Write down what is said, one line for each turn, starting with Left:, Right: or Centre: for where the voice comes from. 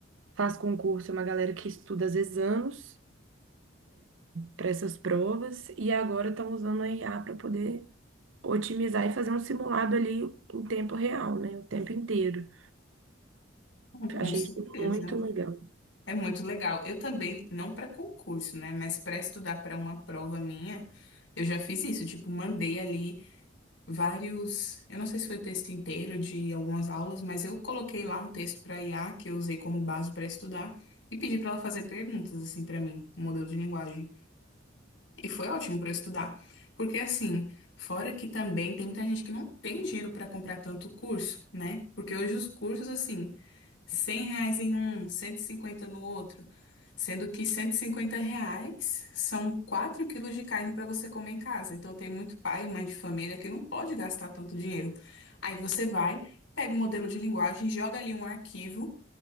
Right: faz concurso é uma galera que estuda às vezes anos, para essas provas, e agora estão usando a IA para poder otimizar e fazer um simulado ali em tempo real, né? O tempo inteiro.
Left: Hum, Com
Right: Achei
Left: certeza.
Right: isso muito legal.
Left: É muito legal. Eu também, não para concurso, né? Mas para estudar para uma prova minha, eu já fiz isso. Tipo, mandei ali. vários, eu não sei se foi o texto inteiro de algumas aulas, mas eu coloquei lá um texto para IA que eu usei como base para estudar e pedi para ela fazer perguntas assim para mim, um modelo de linguagem. E foi ótimo para eu estudar, porque assim, fora que também tem muita gente que não tem dinheiro para comprar tanto curso, né? Porque hoje os cursos assim 100 reais em um, 150 no outro. Sendo que 150 reais são 4 quilos de carne para você comer em casa. Então tem muito pai e mãe de família que não pode gastar tanto dinheiro. Aí você vai, pega o modelo de linguagem, joga ali um arquivo